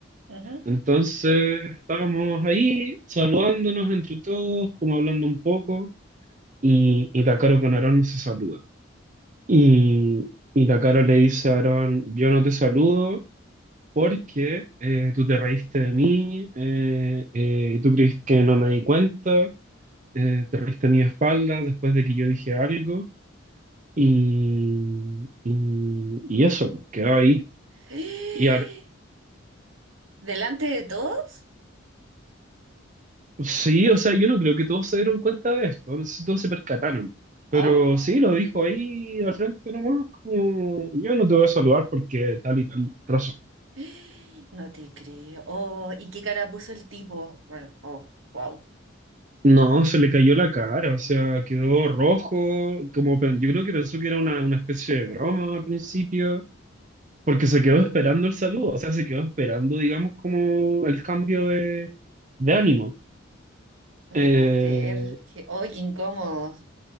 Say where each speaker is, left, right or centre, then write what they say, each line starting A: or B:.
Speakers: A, on the right (about 80°); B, on the right (about 40°).
A: Ujú.
B: Entonces estábamos ahí saludándonos entre todos, como hablando un poco, y, y Takaro con Aarón se saludan. Y, y Takaro le dice a Aarón, yo no te saludo porque eh, tú te reíste de mí, eh, eh, tú creíste que no me di cuenta, eh, te reíste de mi espalda después de que yo dije algo, y, y, y eso, pues, quedó ahí.
A: <gasps> ¡Eh!
B: Y, Aar-
A: ¿Delante de todos?
B: Sí, o sea, yo no creo que todos se dieron cuenta de esto, no sé si todos se percataron, pero
A: Oh,
B: sí, lo dijo ahí al frente nomás, como, yo no te voy a saludar porque tal y tal razón.
A: <gasps> ¡eh! no te creo. Oh, ¿y qué cara puso el tipo? Bueno, oh, wow.
B: No, se le cayó la cara, o sea, quedó rojo, como pen- yo creo que pensó que era una, una especie de broma al principio, porque se quedó esperando el saludo, o sea, se quedó esperando, digamos, como el cambio de, de ánimo.
A: No
B: Eh,
A: te puedo creer. Que, ¡ay, qué incómodo!